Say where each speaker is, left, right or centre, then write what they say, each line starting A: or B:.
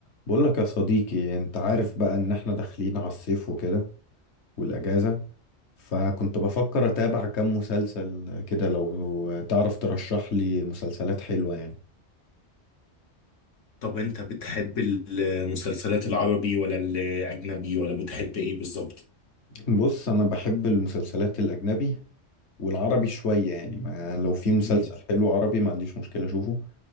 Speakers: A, on the left; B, on the left.
A: بقولك يا صديقي انت عارف بقى ان احنا داخلين على الصيف وكده والاجازة فكنت بفكر اتابع كام مسلسل كده لو تعرف ترشح لي مسلسلات حلوة يعني
B: طب انت بتحب المسلسلات العربي ولا الاجنبي ولا بتحب ايه بالظبط
A: بص انا بحب المسلسلات الاجنبي والعربي شوية يعني ما لو في مسلسل
B: مم.
A: حلو عربي ما عنديش مشكلة اشوفه